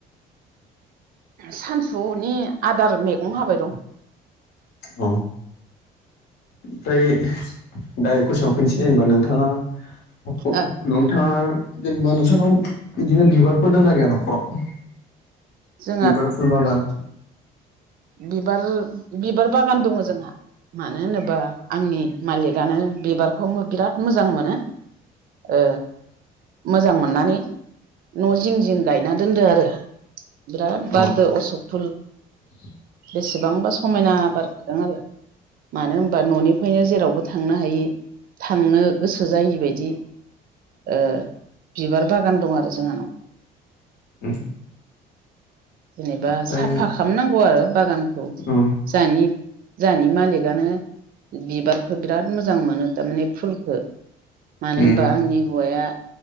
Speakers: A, on the right (about 60°); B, on the left (about 75°).
A: सानसुनि आदार मैगं हाबाय दं
B: औ ओमफ्राय दाइरेक कुइस'नाव फैनोसै होनबा नोंथाङा <unintelligible>
A: ओ
B: नोंथां
A: ओ
B: जेनेबा नोंसोरनाव बिदिनो बिबारफोर दंना गैया न'खराव
A: जोंहा
B: बिबारफो फुल बागान
A: बिबार बिबार बागान दङ' जोंहा मानो होनोबा आंनि मालिगानो बिबारखौ बिराद मोजां मोनो ओ मोजां मोननानै न' जिं जिं गायना दोनदों आरो बिराद बारदो
B: औ
A: असक फुल
B: <inaudible>
A: बेसेबांबा समायना बारखादों आरो। मानो होनबा न'निफ्रायनो जेरावबो थांनो हायि थांनो गोसो जायिबायदि ओ बिबार बागान दं आरो जोंहानाव।
B: <unintelligible>
A: जेनेबा
B: ओमफ्राय
A: साफा खालामनांगौ आरो बागानखौ
B: औ
A: जाहानि जोहानि मालिकआनो बिबारखौ बिराद मोजां मोनो थारमाने फुलखौ मानो
B: उम
A: होनबा आंनि हौवाया